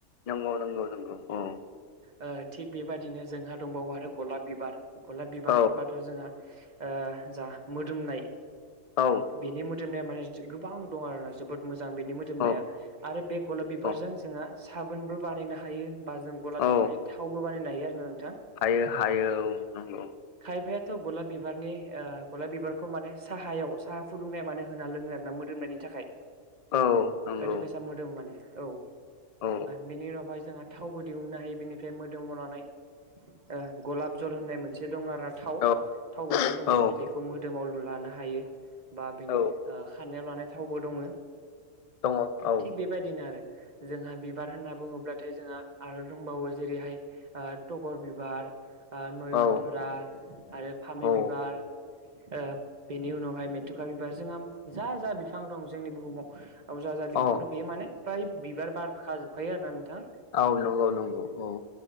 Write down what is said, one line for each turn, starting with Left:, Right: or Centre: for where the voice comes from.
Left: नंगौ नंगौ नंगौ औ
Right: ओ थिग बेबायदिनो जोंहा दंबावो आरो गलाब बिबार गलाब बिबार
Left: औ
Right: होनोबाथ' जोंहा ओ जा मोदोमनाय
Left: औ
Right: बेनि मो दोमनाया माने गोबां दं आर ना जोबोद मोजां मोजां बेनि मोदोमनाया
Left: औ
Right: आरो बे गलाब बिबारजों
Left: औ
Right: जोङो साबोनबो बानायनो हायो बा जों गलाब
Left: औ
Right: बिबार बेबादि थावबो बानायनो हायो आरोना नोंथां
Left: हायो हायो औ नंगौ
Right: खायफायाथ' गलाब बिबारनि ओ गलाब बिबारखौ माने साहायाव साहा फुदुंनाय मान होना लोङो आरो ना मोदोम नायनि थाखाय
Left: औ नंगौ
Right: ओरैबायसा मोदोमो माने औ ओ
Left: औ
Right: बिनि उनावहाय जोंहा थावबो दिहुननो हायो बेनिफ्राय मोदोमावा नानाय ओ गलाब जल होननाय मोनसे दङ आरोा थाव
Left: औ
Right: थाव बथल दङ
Left: औ
Right: बेखौ मोदोमाव लानो हायो हायो बा बेनि
Left: औ
Right: खानायाव लानाय थावबो दङ'
Left: दङ औ औ
Right: थिग बेबायदिनो आरो जोंहा बिबार होनना बुङोब्लाथाय जोंहा आरो दंबावो जेरैहाय आ टगर बिबार ओ नयनतरा
Left: औ
Right: आरो फामि
Left: औ
Right: बिबार ओ बेनि उनाव हाय मेथुखा बिबार जोंहा जा जा बिफां दं जोंनि बुहुमाव जा जा बिफाङनो
Left: औ
Right: बेयो माने फ्राय बिबार बारखाजोबखायो आरोना नोंथां
Left: औ नंगौ नंगौ औ